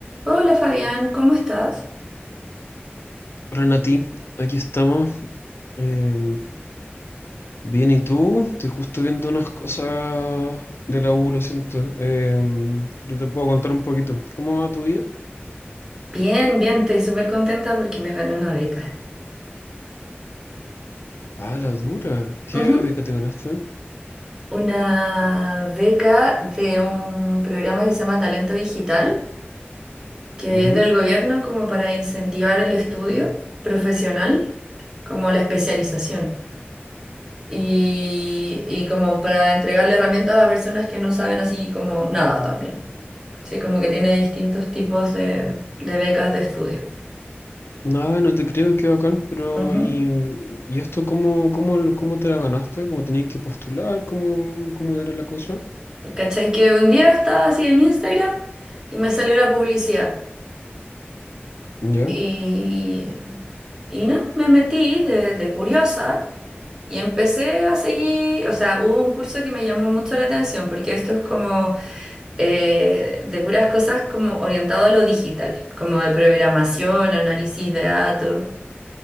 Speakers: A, on the right; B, on the left.
A: Hola Fabián, ¿cómo estás?
B: Renati, aquí estamos. Eh, bien, ¿y tú? Estoy justo viendo unas cosas de la U, lo siento. Eh, pero te puedo contar un poquito. ¿Cómo va tu vida?
A: Bien, bien, estoy súper contenta porque me gané una beca.
B: Ah, la dura. ¿Qué
A: Ujú,
B: beca te ganaste?
A: Una beca de un programa que se llama Talento Digital, que
B: Ujú.
A: es del gobierno como para incentivar el estudio profesional, como la especialización. Y, y como para entregarle herramientas a personas que no saben así como nada también. Sí, como que tiene distintos tipos de, de becas de estudio.
B: Ah, no te creo, qué bacán, pero
A: Ujú.
B: ¿y, y esto cómo, cómo, lo- cómo te la ganaste? ¿Cómo tenías que postular? ¿Cómo, cómo era la cosa?
A: ¿Cachai? Que un día estaba así en Instagram y me salió la publicidad.
B: ¿Ya?
A: Y, y no, me metí de, de curiosa y empecé a seguir, o sea, hubo un curso que me llamó mucho la atención porque esto es como eh, de puras cosas como orientado a lo digital, como de programación, análisis de datos,